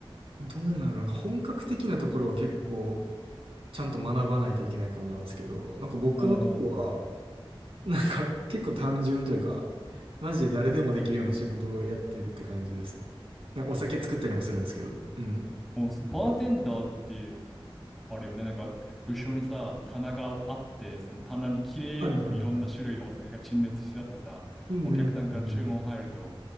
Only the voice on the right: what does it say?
どうなるのか本格的なところは結構ちゃんと学ばないといけないかもなんですけど、なんか僕のとこは、
<laughs> なんか結構単純というか、マジで誰でもできるような仕事をやってるって感じですね。なんかお酒作ったりもするんですけど。うん。
はいはいはい。うんうんうんうん。